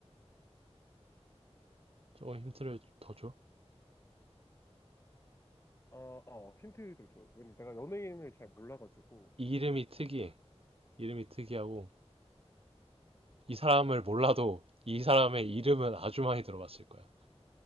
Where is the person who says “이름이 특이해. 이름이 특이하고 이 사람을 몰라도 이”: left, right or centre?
Right